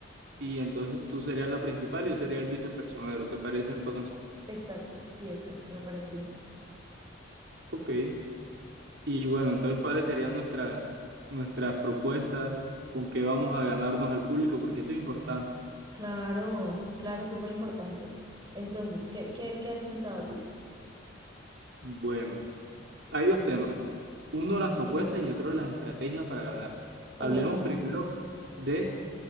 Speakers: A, on the right (about 75°); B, on the right (about 25°).
A: y entonces tú serías la principal y yo sería el vicepersonero, ¿te parece entonces?
B: Exacto, sí, exacto, me parece bien.
A: Ok. Y bueno, entonces, ¿cuáles serían nuestras, nuestras propuestas? ¿Con qué vamos a ganarnos al público? Porque eso es importante.
B: Claro, claro, es súper importante. Entonces, ¿qué, qué, qué has pensado tú?
A: Bueno, hay dos temas. Uno, las propuestas y otro, las estrategias para ganar.
B: Ok,
A: Hablemos primero de